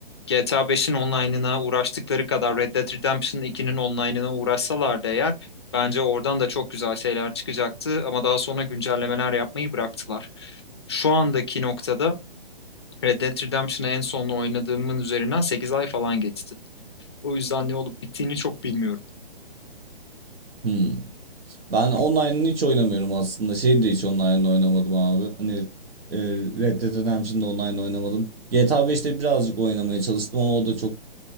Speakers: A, on the left; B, on the right.
A: GTA 5'in online'ına uğraştıkları kadar Red Dead Redemption 2'nin online'ına uğraşsalardı eğer bence oradan da çok güzel şeyler çıkacaktı ama daha sonra güncellemeler yapmayı bıraktılar. Şu andaki noktada Red Dead Redemption'ı en son oynadığımın üzerinden 8 ay falan geçti. O yüzden ne olup bittiğini çok bilmiyorum.
B: Hmm. Ben online'ını hiç oynamıyorum aslında. Şeyi de hiç online'ını oynamadım abi. Hani e, Red Dead Redemption'da online oynamadım. GTA 5'te birazcık oynamaya çalıştım ama o da çok...